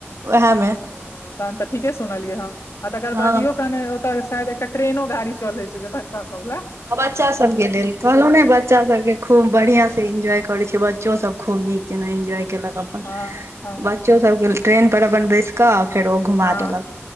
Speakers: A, on the right; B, on the left.
A: उएहमे
B: हँ तहन तऽ ठीके सुनलियै ह आ तकर
A: हँ
B: बाद इो कने ओतऽ शायद एकटा ट्रेनो गाड़ी चलइ छै जे बचा त सबल
A: बच्चा सब के लेल कहलहु ने बच्चा सब के खूब बढ़ियां
B: हँ
A: से इन्जॉय करे छै ब चो सब खूब नीक जेना इन्जॉय केलक अपन
B: हँ हँ
A: बच्चो सब के ट्रेन पर अपन बैस कऽ फेर ओ घुमा
B: हँ
A: देलक